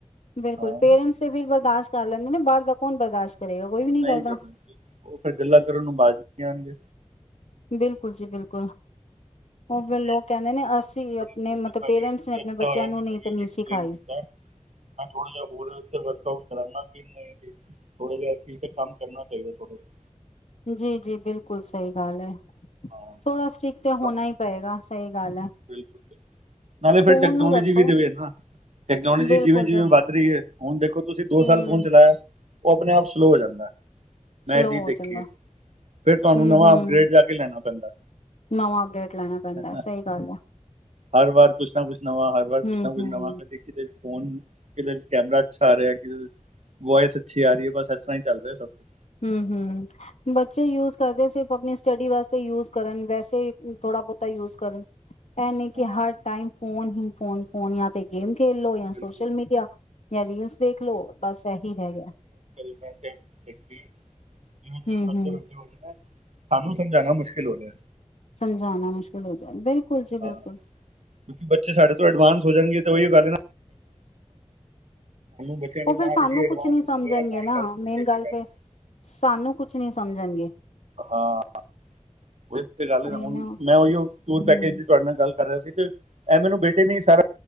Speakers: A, on the left; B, on the right.
A: ਬਿਲਕੁਲ
B: ਹਾਂ
A: ਪੇਰੈਂਟਸ ਤੇ ਫਿਰ ਬਰਦਾਸ਼ਤ ਕਰ ਲ ਕਦੇ ਨੇ ਬਾਹਰ ਦਾ ਕੌਣ ਬਰਦਾਸ਼ਤ ਕਰੇਗਾ ਕੋਈ ਵੀ
B: ਨਹੀਂ
A: ਕਰਦਾ
B: ਕਰਨਾ ਉਹ ਫਿਰ ਗੱਲਾਂ ਕਰਨ ਨੂੰ ਬਾਜ਼ ਨਹੀਂ ਆਣਗੇ
A: ਬਿਲਕੁਲ ਜੀ ਬਿਲਕੁਲ ਉਹ ਫ
B: ਮੈਂ
A: ਲੋਕ ਕਹਿੰਦੇ ਨੇ
B: ਦੇਖੋ
A: ਅਸੀਂ
B: ਬੜੀ
A: ਆਪਣੇ
B: ਹੋਇਆ
A: ਮਤਲਬ ਪੇਰੈਂਟਸ ਨੇ ਆਪਣੇ ਬੱਚਿਆਂ ਨੂੰ
B: ਮੈਨ
A: ਨਹੀਂ ਤਮੀਜ਼ ਸਿਖਾਈ
B: ਕੀਤਾ ਮੈਂ ਥੋੜਾ ਜਾ ਹੋਰ ਵਰਟ ਕਰਾਂਗਾ ਥੋੜੇ ਜਿਹਾਸੀਂ ਕੰਮ ਕਰਨਾ ਚਾਹੀਦਾ ਥੋੜੇ ਜਿਹਾ
A: ਜੀ ਜੀ ਬਿਲਕੁਲ ਸਹੀ ਗੱਲ ਹੈ
B: ਹਾਂ
A: ਥੋੜਾ ਸਟ੍ਰਿਕ ਤੇ
B: ਬ-
A: ਹੋਣਾ ਹੀ ਪਏਗਾ ਸਹੀ ਗੱਲ ਹੈ
B: ਬਿਲਕੁਲ ਨਾਲੇ ਫੇਿਰ
A: ਫੋਨ
B: ਟੈਕਨੋਲੋਜੀ
A: ਨੂੰ ਰੱਖੋ
B: ਵੀ ਦੇਵੇ ਨਾ ਟੈਕਨੋਲੋਜੀ
A: ਬਿਲਕੁਲ
B: ਜਿਵੇਂ ਜਿਵੇਂ ਵੱਧ ਰਹੀ ਹੈ ਹੁਣ ਦੇਖੋ ਤੁਸੀਂ ਦੋ
A: ਹਮ
B: ਸਾਲ ਫੋਨ ਚਲਾਇਆ ਉਹ ਆਪਣੇ ਆਪ ਸਲੋਅ ਹੋ ਜਾਂਦਾ ਮੈਂ
A: ਸਲੋ
B: ਜੀ
A: ਹੋ
B: ਦੇਖੀਏ
A: ਜਾਂਦਾ
B: ਫਿਰ ਤੁਹਾਨੂੰ
A: ਹਮ
B: ਨਵਾਂ
A: ਹਮ
B: ਅਪਗ੍ਰੇਡ ਜਾ ਕੇ ਲੈਣਾ ਪੈਂਦਾ
A: ਨਵਾਂ ਅਪਡੇਟ ਲੈਣਾ ਪੈਂਦਾ
B: ਹੈ।
A: ਸਹੀ ਗੱਲ ਹੈ
B: ਹਰ ਵਾਰ ਕੁਛ ਨਾ ਕੁਛ ਨਵਾਂ ਹਰ ਵਾਰ ਕੁਛ
A: ਹਮ
B: ਨਾ ਕੁਛ
A: ਹਮ
B: ਨਮ ਕੇ ਦੇਖ ਫੋਨ ਕਿਤੇ ਕੈਮਰਾ ਅੱਛਾ ਆ ਰਿਹਾ ਕਿਤੇ ਵੋਇਸ ਅੱਛੀ ਆ ਰਹੀ ਹੈ ਬਸ ਇਸ ਤਰ੍ਹਾਂ ਹੀ ਚੱਲ ਰਿਹਾ ਸਭ ਕੁਛ
A: ਹ ਹ ਬੱਚੇ ਯੂਜ ਕਰਦੇ ਸਿਰ ਆਪਣੀ ਸਟੱਡੀ ਵਾਸਤੇ ਯੂਜ ਕਰਨ ਵੈਸੇ ਥੋੜ੍ਹਾ ਬਹੁਤਾ ਯੂਜ ਕਰਨ ਇਹ ਨਹੀਂ
B: ਹਾਂ
A: ਕਿ ਹਰ ਟਾਈਮ ਫੋਨ ਹੀ ਫੋਨ ਫੋਣੀਆਂ ਤੇ ਗੇਮ ਖੇਲੋ ਜਾਂ
B: ਬਿਲਕੁਲ
A: ਸੋਸ਼ਲ ਮੀਡੀਆ ਜਾਂ ਰੀਲਸ ਦੇਖ ਲੋ ਬਸ ਇਹ ਠੀ ਰਹਿ ਗਿਆ
B: ਖੀ ਜਿਵੇਂ ਜਿਂ
A: ਹਮ
B: ਬੱਚੇ
A: ਹਮ
B: ਬੱਚੇ ਬੋਲਦੇ ਸਾਨੂੰ ਸਮਝਾਣਾ ਮੁਸ਼ਕਿਲ ਹੋ ਰਿਹਾ
A: ਸਮਝਾਉਣਾ ਮੁਸ਼ਕਿਲ ਹੋ ਜਾਏ ਬਿਲਕੁਲ ਜੀ ਬਿਲਕੁ
B: ਹਾਂ
A: ਜ
B: ਕਿਉਂਕਿ ਬੱਚੇ ਸਾਡੇ ਤੋਂ ਐਡਵਾਂਸ ਹੋ ਜਾਣਗੇ ਤੇ ਉਹੀ ਗੱਲ <inaudible> ਬੱਚਿਆਂ ਦੇ
A: ਉਹ
B: ਨਾਲ
A: ਫਿਰ ਸਾਨੂੰ
B: ਇਹਦੀ ਐਡਵਾਂਸ
A: ਕੁਛ ਨੀ
B: ਹੋਣਾ
A: ਸਮਝਣਗੇ
B: ਚਾਹੀਦਾ ਤਾਂ ਹੀ
A: ਨਾ
B: ਗੱਲ ਵਧੇਗੀ
A: ਮੇਨ
B: ਅੱਗੇ
A: ਗੱਲ
B: ਜਾ
A: ਫਿਰ
B: ਕੇ
A: ਸਾਨੂੰ ਕੁਛ ਕੁਛ ਨਹੀਂ ਸਮਝਣਗੇ
B: ਹਾਂ ਉਹੀ ਗੱਲ ਹੈ
A: ਅਰੇ
B: ਹੁਣ
A: ਨਾ
B: ਮੈਂ ਉਹੀ ਟੂਰ
A: ਹਮ
B: ਪੈਕੇਜ ਦੀ ਤੁਹਾਡੇ ਨਾਲ ਗੱਲ ਕਰ ਰਿਹਾ ਸੀ ਇਹ ਮੈਨੂੰ ਬੇਟੇ ਨੇ ਸਾਰਾ